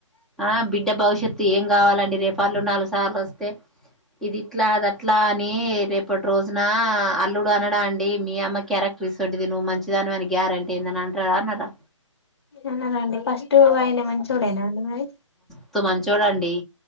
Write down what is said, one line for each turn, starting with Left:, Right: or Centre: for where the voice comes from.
Centre: ఆ బిడ్డ భవిష్యత్తు ఏం కావాలండి రేపు వాళ్ళు నాలుగు సార్లు వస్తే ఇది ఇట్లా అది అట్లా అని రేపటి రోజు అల్లుడు అనడా అండి మీ అమ్మ క్యారెక్టర్ గిసొంటిది నువ్వు మంచిదాని వని గ్యారెంటీ ఏందని అంటాడా అనరా
Left: అవునండి ఫస్ట్ ఆయన మంచోడేనా <unintelligible>
Centre: స్త్ మంచోడండి